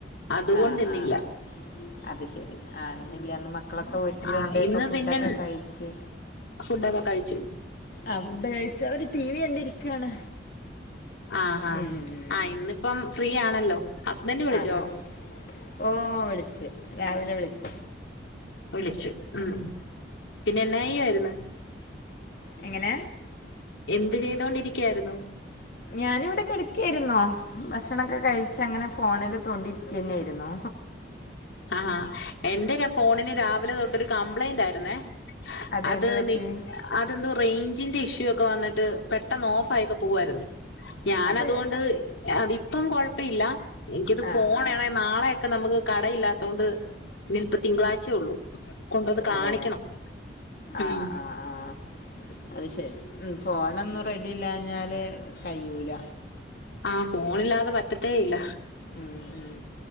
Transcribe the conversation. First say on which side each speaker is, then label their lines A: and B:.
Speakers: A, on the left (about 85°); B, on the left (about 50°).
A: അതുകൊണ്ട്
B: ആഹ്
A: ഇന്നില്ല
B: ആഹ് ആഹ് അത് ശെരി ആ മെനഞാന്നുമ്മ മക്കളൊക്കെ വീട്ടിലുണ്ട്
A: ആഹ് ഇന്ന്
B: ഇപ്പ ഫുഡൊക്കെ
A: പിന്നെ
B: കഴിച്ച്
A: ഫുഡൊക്കെ കഴിച്ചു
B: ആ ഫുഡ് കഴിച്ചവർ ടി വി കണ്ടിരിക്കാണ്
A: ആഹ് ഹ
B: ഉം
A: ആ ഇന്നിപ്പം ഫ്രീ ആണല്ലോ ഹസ്ബൻഡ് വിളിച്ചോ
B: ആ എന്നാ പിന്നെ. ഓ വിളിച്ചു രാവിലെ വിളിക്കും
A: വിളിച്ചു ഉം പിന്നെ എന്നായ്യാര്ന്നു
B: എങ്ങന
A: എന്ത് ചെയ്തൊണ്ടിരിക്കാരുന്നു
B: ഞാനിവിടെ കെടക്കായിര്ന്നു ഭക്ഷണൊക്കെ കഴിച്ചങ്ങന ഫോണില് തോണ്ടി ഇരിക്കന്നായിരുന്നു
A: ആഹാ എന്റെ ഫോണിന് രാവിലെ തൊട്ടൊരു കംപ്ലൈന്റ് ആയിരുന്നേ
B: അതെ
A: അത്
B: എന്ത് പറ്റി
A: നീ അതെന്തോ റേഞ്ചിന്റെ ഇഷ്യൂ ഒക്കെ വന്നിട്ട് പെട്ടെന്ന് ഓഫായിക്ക പോവായിരുന്നു ഞാാനതുകൊണ്ട്
B: അതെ
A: അതിപ്പം കൊഴ് പ്പില്ല എനിക്കത് ഫോണാണേൽ
B: ആഹ് ആഹ്
A: നാളെയക്കെ നമുക്ക് കടയില്ലാത്തൊണ്ട് ഇനിപ്പ തിങ്കളാഴ്ചയേ ഒള്ളൂ കൊണ്ടുവന്ന് കാണിക്കണം
B: അതെ ആഹ്
A: ഉം
B: ആഹ് ആഹ് അത് ശെരി ഉം ഫോണൊന്നും റെഡി ഇല്ലാഞ്ഞാല് കഴിയൂല
A: ആഹ് ഫോണില്ലാതെ പറ്റത്തേ ഇല്ല
B: ഉം ഉം